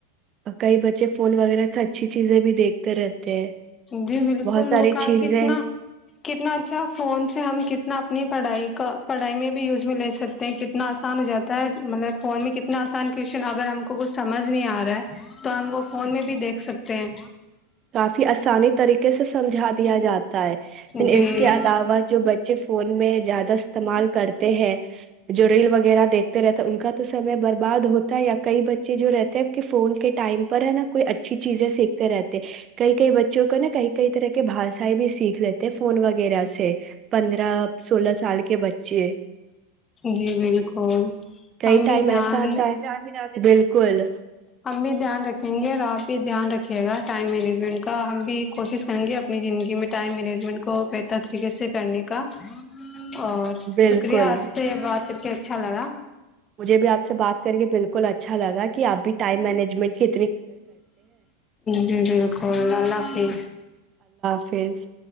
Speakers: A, on the right (about 35°); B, on the left (about 25°).
A: کئی بچے فون وغیرہ تو اچھی چیزیں بھی دیکھتے رہتے ہیں
B: جی بالکل
A: بہت ساری
B: وہ ک
A: چیزیں
B: کتنا کتنا اچھا فون سے ہم کت اپنی پڑھائی کا پڑھائی میں بھی یوز میں لے سکتے ہیں کتنا آسان ہو جاتا ہے مطلب فون میں کتنا آسان کوشچن اگر ہم کو کچھ سمجھ نہیں آ رہا ہے تو ہم کو فون میں بھی دیکھ سکتے ہیں
A: کافی اا آسانی طریقے سے سمجھا دیا جاتا ہے پھر
B: جی
A: اس کے علاوہ جو بچے فون میں زیادہ استعمال کرتے ہیں جو ریل وغیرہ دیکھتے رہتا ہیں ان کا تو سمے برباد ہوتا ہے یا کئی بچے جو رہتے ہیں کہ فون کے ٹائم پر ہے نا کوئی اچھی چیزیں سیکھتے رہتے کئی کئی بچوں کو نا کئی کئی طرح کے بھاشائیں بھی سیکھ لیتے فون وغیرہ سے پندرہ سولہ سال کے بچے
B: جی بالکل ہم
A: کئی
B: بھی
A: ٹائم
B: دھیان
A: ایسا آتا ہے بالکل
B: ہم بھی دھیان رکھیں گے اور آپ بھی دھیان رکھ کیے گا ٹائم مینجمنٹ کا ہم بھی کوشش کریں گے اپنی زندگی میں ٹائم مینجمنٹ کو بہتر طریقے سے کرنے ک اور
A: بالکل
B: شکریہ آپ سے بات کے اچھا لگا
A: مجھے بھی آپ سے بات کر کے بالکل اچھا اچھا لگا آپ بھی ٹائم مینجمنٹ سے
B: جی بالکل لالاف ہی
A: فیز